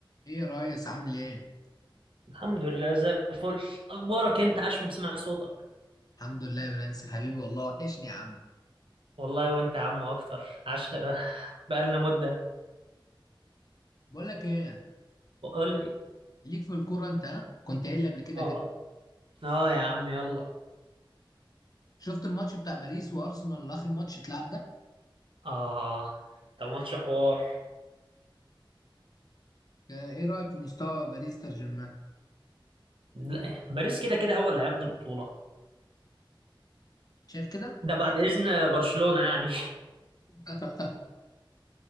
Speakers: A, on the left; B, on the right.
A: ايه يا ريس عامل ايه
B: الحمد لله زي الفل اخبارك إيه؟ انت عاش من سمع صوتك
A: الحمد لله يا برنس حبيبي والله وحشني يا عم
B: والله وانت يا عم اكتر عاش <laughs> بقالنا مدة
A: بقول لك ايه
B: وقول لي
A: ليك في الكوره انت ها؟ كنت قايل لي قبل كده
B: اه
A: كده
B: اه يا عم يلا
A: شفت الماتش بتاع باريس وارسنال اللي اخر ماتش اتلعب ده
B: اه ده ماتش حوار
A: آه، ايه رايك في مستوى باريس سان جيرمان
B: لا باريس كده كده هو اللي هياخد البطولة
A: شايف كده
B: ده بعد اذن برشلونة يعني
A: <laughs>